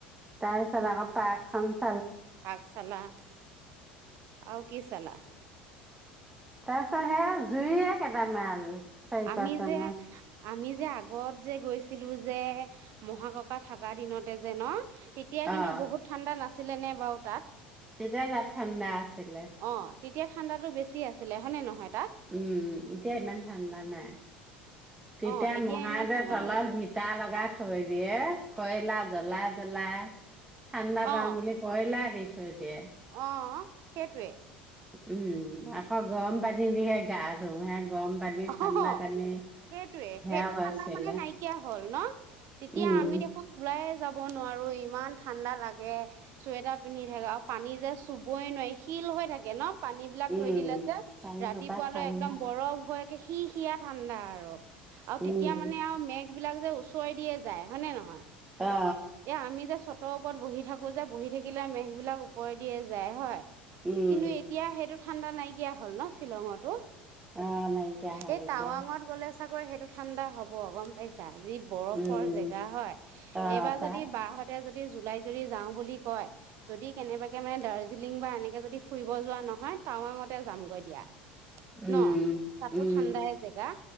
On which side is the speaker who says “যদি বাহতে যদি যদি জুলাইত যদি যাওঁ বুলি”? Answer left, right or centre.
Right